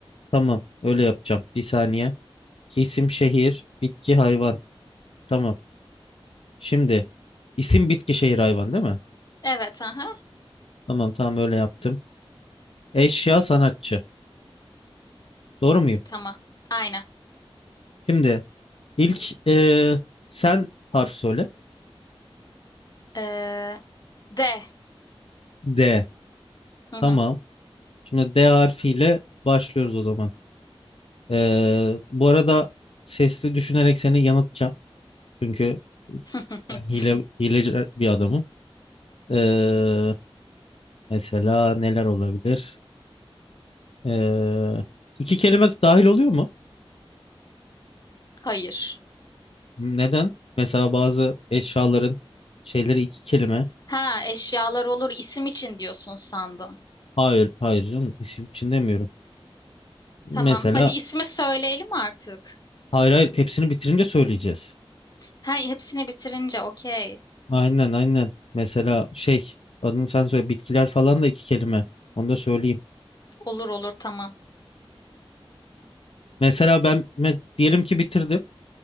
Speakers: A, on the left (about 75°); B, on the left (about 40°).
A: Tamam öyle yapacağım. Bir saniye. İsim şehir, bitki hayvan. Tamam. Şimdi isim bitki şehir hayvan değil mi?
B: Evet, aha.
A: Tamam tamam öyle yaptım. Eşya sanatçı. Doğru muyum?
B: Tamam. Aynen.
A: Şimdi ilk eee, sen harf söyle.
B: Ee, D.
A: D.
B: Hı
A: Tamam.
B: hı.
A: Şimdi D harfiyle başlıyoruz o zaman. Eee, bu arada sesli düşünerek seni yanıltacağım. Çünkü
B: <laughs>
A: ben hile, hileci bir adamım. Eee Mesela neler olabilir? Ee, iki kelime dahil oluyor mu?
B: Hayır.
A: Neden? Mesela bazı eşyaların şeyleri iki kelime.
B: Ha, eşyalar olur isim için diyorsun sandım.
A: Hayır, hayır canım. İsim için demiyorum.
B: Tamam.
A: Mesela
B: Hadi ismi söyleyelim artık.
A: hayır hayır hepsini bitirince söyleyeceğiz.
B: Ha, hepsini bitirince okey.
A: Aynen aynen. Mesela şey adını sen söyle bitkiler falan da iki kelime. Onu da söyleyeyim.
B: Olur olur tamam.
A: Mesela ben me- diyelim ki bitirdim.